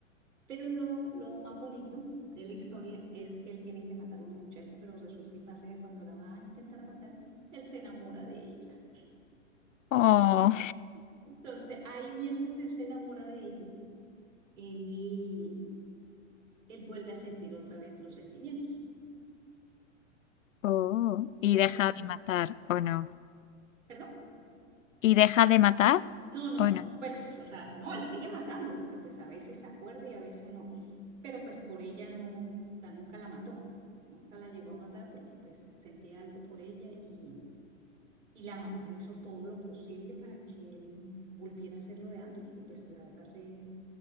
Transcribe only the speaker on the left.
Oh.
Oh, y
deja de matar, ¿o no?
¿Y deja de matar?
¿O no?